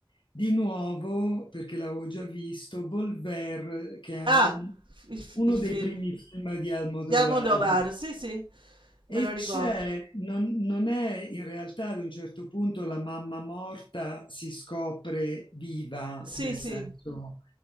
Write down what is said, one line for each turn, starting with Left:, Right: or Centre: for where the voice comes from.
Left: di nuovo, perché l'avevo già visto, Volver, che è
Right: Ah,
Left: un-
Right: f il f
Left: uno
Right: il
Left: dei
Right: film
Left: primi film di Almodovar.
Right: di Almodovar, sì, sì, me
Left: E
Right: lo ricordo.
Left: c'è, non, non è in realtà ad un certo punto la mamma morta si scopre viva,
Right: Sì,
Left: nel
Right: sì,
Left: senso